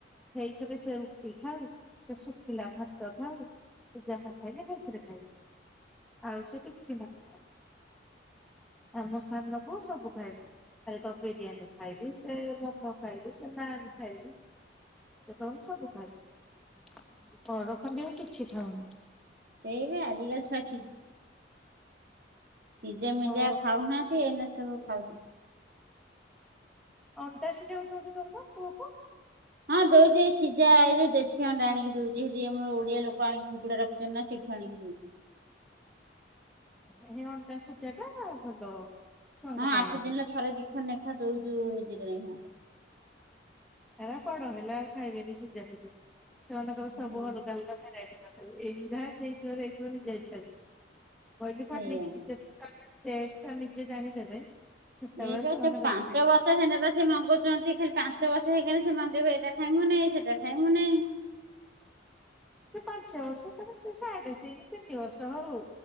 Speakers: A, in the centre; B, on the right.
A: ହେଇଥିରେ ସେ ରୁଟି ଖାଉ ସେ ଶୁଖିଲା ଭାତ ଖାଉ ତୁ ଯାହା ଖାଇଲେ ହେଇଥିରେ ଖାଇବି ଆଉ ସେ କିଛି ନ ଖଏ। ଆମ ସାନ ନବୁ ସବୁ ଖାଇବୁ। ଖାଲି କ ବିରିୟାନୀ ଖାଇବି ସେ ମୋମୋ ଖାଇବି ସେ ନାନ ଖାଇବି। ସେ କହିବ ମୁଁ ସବୁ ଖାଇବି ପରଡ ଖଡି ଆଉ କିଛି ଖଉନି।
B: ସେଇବେ ଆଜିକାଲି ଛୁଆ ସିଝ ସିଝା ମିଜେ।
A: ମୋ
B: ଖାଉନାହାନ୍ତି ଏଇନା ସବୁ ଖାଉଛି।
A: ଅଣ୍ଡା ସିଝା ଗୋଟେ ଗୋଟେ ଦଉନ ପୁଅକୁ।
B: ହଁ ଦଉଛି ଏ ସିଝା ଏଇ ଯଉ ଦେଶୀ ଅଣ୍ଡା ଆଣିକି ଦଉଛି ସେଠି ଆମର ଓଡିଆ ଲୋକ ଆଣିକି ଗୁଡା ରଖୁଛ ନା ସେଠୁ ଆଣିକି ଦଉଛି।
A: ହେ ଅଣ୍ଡା ସିଜାଟା ଭଲ। ଛୁଆଙ୍କ
B: ହଁ
A: ପାଇଁ
B: ଆଠ ଦିନରେ ଥରେ ଦି ଥର ଲେଖା ଦଉଛୁ ଦିିନ ଖାେ।
A: ଆ ବଡ ହେଲା ଆଉ ଖାଇବେନି ସିଝା ଫଜା ସେମାନଙ୍କର ସବୁ
B: ହୁଁ।
A: ଅଲଗା ଅଲଗା ଭେରାଇଟି। ଏଇଗୁରା ଦେଇଥିବ ଦେଇଥିବ ନିଜ ଇଛା ରେ କହିଲି
B: ସେଇଆ
A: ଫାଟ ନେଇ ଟେଷ୍ଟ ଟା ନିଜେ ଜାଣିଦେବେ ସେତେବେଳେ
B: ସେ ବା
A: ସେମାନଙ୍କର
B: ସେ ପାଞ୍ଚ ବର୍ଷ ହେ ନେବା ସେ ମଙ୍ଗୁଛନ୍ତି ଖାଲି। ପାଞ୍ଚ ବର୍ଷ ହେଇକଲେ ସେ ମାଗବେ ଏଇଟା ଖାଇମୁ ନାହିଁ ସେଟା ଖାଇମୁ ନେଇଁ।
A: ସେ ପାଞ୍ଚ ବର୍ଷ ତାର ସାଢ଼େ ତିନି ତିନି ବର୍ଷ ହଉ